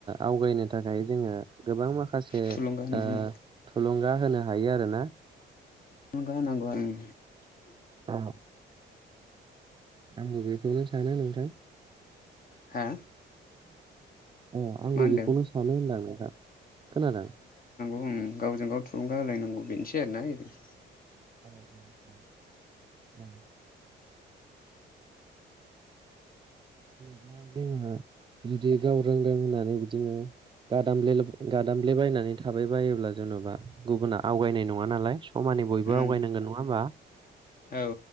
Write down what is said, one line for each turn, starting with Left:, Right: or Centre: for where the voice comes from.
Right: आवगायनो थाखाय जोङो गोबां माखासे
Left: थुलुंगा उमहो
Right: ओ थुलुंगा होनो हायो आरोना।
Left: <unintelligible> उम
Right: अ आंबो बेखौनो सानो नोंथां।
Left: हा
Right: अ आंबो
Left: मा होनदों
Right: बेखौनो सानो होनदां नोंथां खोनादों?
Left: ओं गावजों गाव थुलुंगा होलायनांगौ बेनोसै आरोना इदि।
Right: औ औ औ <unintelligible> जुदि गाव रोंदों होननानै बिदिनो गादामले गादामब्ले बायनानै थाबाय बायोब्ला जेन'बा गुबुना आवगायनाय नङा नालाय। थामाने बयबो
Left: उम
Right: आवगायनांगोन नङा होमबा?
Left: औ